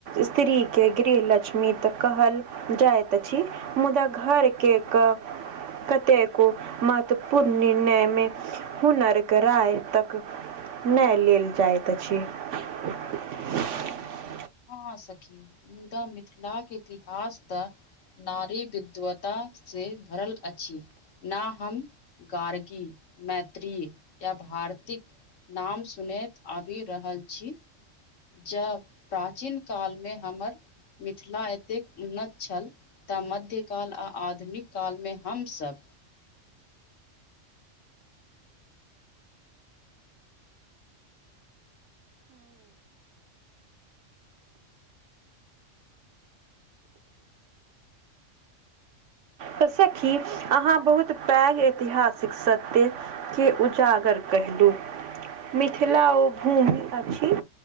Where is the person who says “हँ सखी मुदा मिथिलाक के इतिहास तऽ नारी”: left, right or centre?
Left